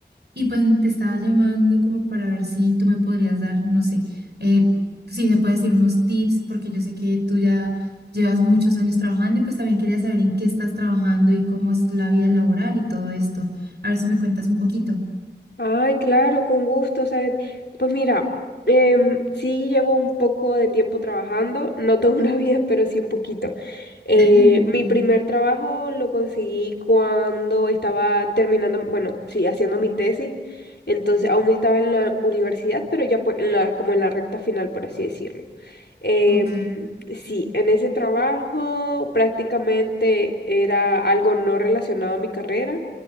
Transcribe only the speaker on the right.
y pues te estaba llamando como para ver si tú me podrías dar, no sé, eh, si se puede decir unos tips, porque yo sé que tú ya llevas muchos años trabajando y pues también quería saber en qué estás trabajando y cómo es la vida laboral y todo esto. A ver si me cuentas un poquito.
<laughs>
Sí.
Ok.